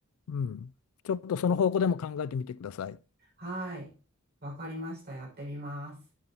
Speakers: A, on the left (about 80°); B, on the right (about 50°).
A: うん。ちょっとその方向でも考えてみてください。
B: はい。わかりました。やってみます。